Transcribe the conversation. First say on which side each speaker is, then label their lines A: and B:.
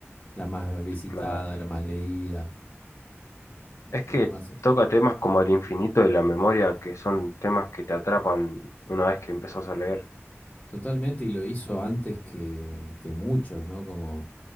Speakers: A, on the left; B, on the left.
A: la más visitada,
B: Claro.
A: la más leída,
B: Es que
A: la que más...
B: toca temas como el infinito y la memoria, que son temas que te atrapan una vez que empezás a leer.
A: Totalmente, y lo hizo antes que, que muchos, ¿no? Como